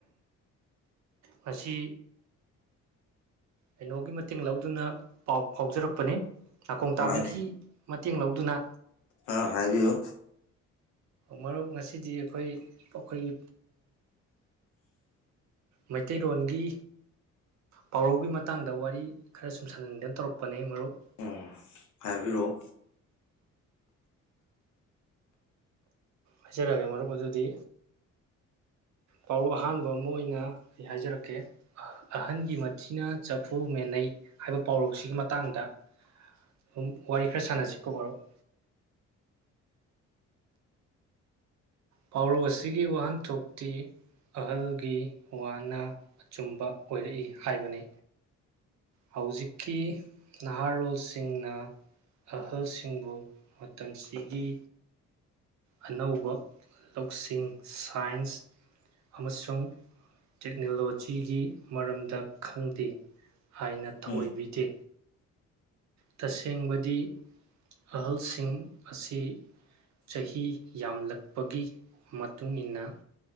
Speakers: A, on the right; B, on the left.
A: ꯃꯁꯤ ꯀꯩꯅꯣꯒꯤ ꯃꯇꯦꯡ ꯂꯧꯗꯨꯅ ꯄꯥꯎ ꯐꯥꯎꯖꯔꯛꯄꯅꯤ ꯅꯥꯀꯣꯡ
B: ꯀꯃꯥꯏꯅ
A: ꯇꯥꯕꯤꯒꯤ ꯃꯇꯦꯡ ꯂꯧꯗꯨꯅ
B: ꯑꯥ ꯍꯥꯏꯕꯤꯌꯨ
A: ꯃꯔꯨꯞ ꯉꯁꯤꯗꯤ ꯑꯩꯈꯣꯏ ꯑꯩꯈꯣꯏꯒꯤ ꯃꯩꯇꯩꯔꯣꯟꯒꯤ ꯄꯥꯎꯔꯧꯒꯤ ꯃꯇꯥꯡꯗ ꯋꯥꯔꯤ ꯈꯔ ꯁꯨꯝ ꯁꯥꯟꯅꯅꯤꯡꯗꯅ ꯇꯧꯔꯛꯄꯅꯦ ꯃꯔꯨꯞ
B: ꯎꯝ ꯍꯥꯏꯕꯤꯔꯛꯑꯣ
A: ꯍꯥꯏꯖꯔꯛꯑꯒꯦ ꯃꯔꯨꯞ ꯑꯗꯨꯗꯤ ꯄꯥꯎꯔ ꯑꯍꯥꯟꯕ ꯑꯃ ꯑꯣꯏꯅ ꯑꯩ ꯍꯥꯏꯖꯔꯛꯀꯦ ꯑꯍꯟꯒꯤ ꯃꯊꯤꯅ ꯆꯐꯨ ꯃꯦꯅꯩ ꯍꯥꯏꯕ ꯄꯥꯎꯔꯧꯁꯤꯒꯤ ꯃꯇꯥꯡꯗ ꯑꯗꯨꯝ ꯋꯥꯔꯤ ꯈꯔ ꯁꯥꯟꯅꯁꯤ ꯀꯧꯕꯣꯕꯥꯔꯣ <inaudible> ꯄꯥꯎꯔꯧ ꯑꯁꯤꯒꯤ ꯋꯥꯍꯟꯊꯣꯛꯇꯤ ꯑꯍꯜꯒꯤ ꯋꯥꯅ ꯑꯆꯨꯝꯕ ꯑꯣꯏꯔꯛꯏ ꯍꯥꯏꯕꯅꯤ ꯍꯧꯖꯤꯛꯀꯤ ꯅꯍꯥꯔꯣꯜꯁꯤꯡꯅ ꯑꯍꯜꯁꯤꯡꯕꯨ ꯃꯇꯝꯁꯤꯒꯤ ꯑꯅꯧꯕ ꯂꯧꯁꯤꯡ ꯁꯥꯏꯟꯁ ꯑꯃꯁꯨꯡ ꯇꯦꯛꯅꯣꯂꯣꯖꯤꯒꯤ ꯃꯔꯝꯗ ꯈꯪꯗꯦ ꯍꯥꯏꯅ ꯊꯧꯑꯣꯏꯕꯤꯗꯦ
B: ꯎꯝ
A: ꯇꯁꯦꯡꯕꯗꯤ ꯑꯍꯜꯁꯤꯡ ꯑꯁꯤ ꯆꯍꯤ ꯌꯥꯝꯂꯛꯄꯒꯤ ꯃꯇꯨꯡ ꯃꯇꯨꯡꯏꯟꯅ